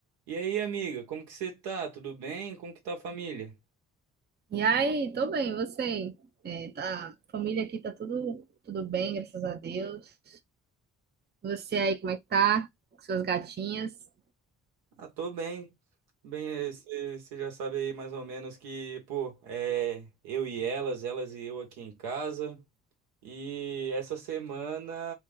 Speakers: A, on the right; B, on the right.
A: E aí, amiga, como que você tá? Tudo bem? Como que tá a família?
B: E aí, tô bem, e você? É, tá, família aqui tá tudo, tudo bem, graças a Deus. Você aí, como é que tá? Com suas gatinhas?
A: Ah, tô bem. Bem, você já sabe aí mais ou menos que, pô, é eu e elas, elas e eu aqui em casa. E essa semana